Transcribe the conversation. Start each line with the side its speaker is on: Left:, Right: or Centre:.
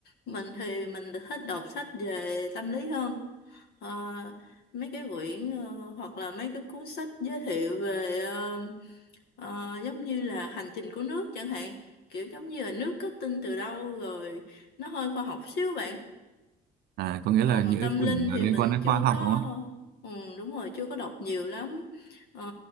Left: Mình thì mình thích đọc sách về tâm lý hơn. Ờ, mấy cái quyển ờ, hoặc là mấy cái cuốn sách giới thiệu về ờ, Ờ, giống như là hành trình của nước chẳng hạn kiểu giống như là nước kết tinh từ đâu rồi nó hơi khoa học xíu bạn
Right: À, có nghĩa
Left: còn
Right: là những
Left: tâm
Right: quyển
Left: linh
Right: là
Left: thì
Right: liên
Left: mình
Right: quan đến
Left: chưa
Right: khoa học
Left: có
Right: đúng không?
Left: ừ, đúng rồi chưa có đọc nhiều lắm Ờ,